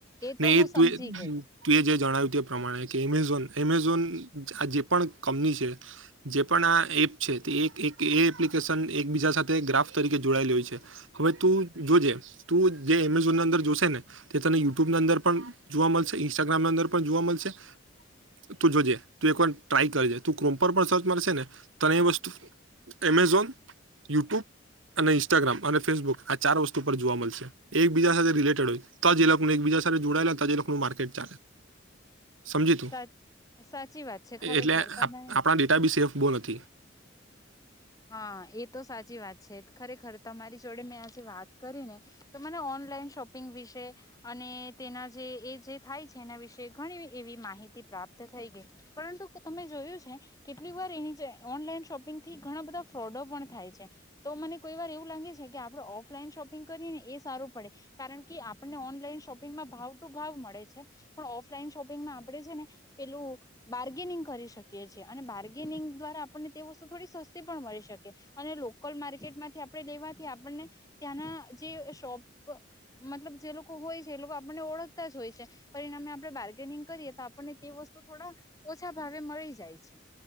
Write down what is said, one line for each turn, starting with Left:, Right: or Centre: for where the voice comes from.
Left: તો
Right: ને
Left: હું
Right: એ
Left: સમજી
Right: તું
Left: ગઈ
Right: તું એ જે જણાવ્યું તે પ્રમાણે કે એમેઝોન એમેઝોન આ જે પણ કંપની છે જે પણ આ એપ છે તે એક એપ્લિકેશન એકબીજા સાથે ગ્રાફ તરીકે જોડાયેલી હોય છે હવે તું જોજે તું જે એમેઝોન અંદર જોશે ને તે તને યુટ્યુબ અંદર પણ જોવા મળશે ઇન્સ્ટાગ્રામની અંદર પણ જોવા મળશે તું જોજે તું એકવાર ટ્રાય કરજે તું ક્રોમ પર પણ સર્ચ મારશે ને તને એ વસ્તુ એમેઝોન યુટ્યુબ અને ઇન્સ્ટાગ્રામ અને ફેસબુક આ ચાર વસ્તુ પર જોવા મળશે એકબીજા સાથે રિલેટેડ હોય તો જ એ લોકોને એકબીજા જોડાયેલા હતા જે લોકો નું માર્કેટ ચાલે સમજી તું
Left: સાચ સાચી વાત છે ખરેખર
Right: એટલે
Left: તમે
Right: આપણા ડેટા બી સેફ બોવ નથી
Left: હા એ તો સાચી વાત છે ખરેખર તમારી જોડે મેં આજે વાત કરી ને તો મને ઓનલાઈન શોપિંગ વિશે અને તેના જે એ જે થાય છે એના વિશે ઘણી એવી માહિતી પ્રાપ્ત થઈ ગઈ પરંતુ તમે જોયું છે કેટલી વાર એની જ ઓનલાઈન શોપિંગથી ઘણા બધા ફ્રોડો પણ થાય છે તો મને કોઈ વાર એવું લાગે છે કે આપણેે ઓફલાઈન શોપિંગ કરીએ ને એ સારું પડે કારણ કે આપને ઓનલાઈન શોપિંગમાં ભાવ ટુ ભાવ મળે છે પણ ઓફલાઈન શોપિંગમાં આપણે છે ને પેલું બાર્ગેનિંગ કરી શકીએ છે અને બાર્ગેનિંગ દ્વારા આપણને તે વસ્તુ થોડી પણ મળી શકે અને લોકલ માર્કેટમાંથી આપણે લેવાથી આપણને ત્યાંના જે શોપ
Right: <inaudible>
Left: મતલબ જે લોકો હોય છે એ લોકો આપણને ઓળખતા જ હોય છે પરિણામે આપડણે બાર્ગેનિંગ કરીએ તો આપણને તેઓ વસ્તુ થોડા ઓછા ભાવે મળી જાય છે.